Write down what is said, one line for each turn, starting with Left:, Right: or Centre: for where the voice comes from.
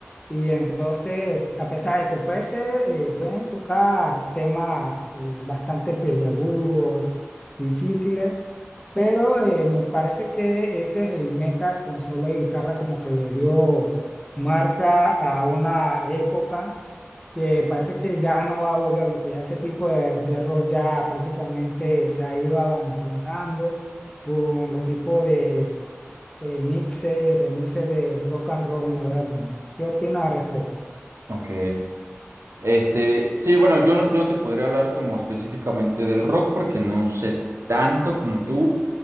Left: y entonces, a pesar de que puede ser, eh, pueden tocar temas eh, bastante peliagudos, difíciles, pero eh, me parece que ese heavy metal con solo de guitarra como que le dio marca a una época que parece que ya no va a volver, porque ya ese tipo de, de rock ya prácticamente se ha ido abandonando con los tipos de eh, mixes y remixes de rock and roll moderno. ¿Qué opinas al respecto?
Right: Ok. Este, sí, bueno, yo no, yo no te podría hablar como específicamente del rock porque no sé tanto como tú,